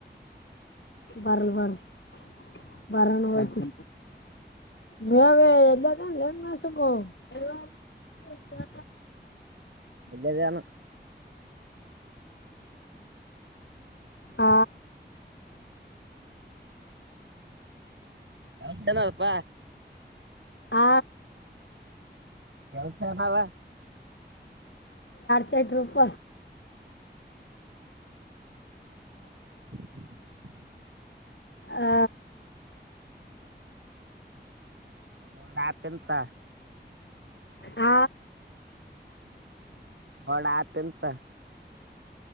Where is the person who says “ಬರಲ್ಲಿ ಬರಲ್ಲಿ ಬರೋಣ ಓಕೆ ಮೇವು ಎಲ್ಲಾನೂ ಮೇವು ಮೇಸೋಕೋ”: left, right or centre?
Left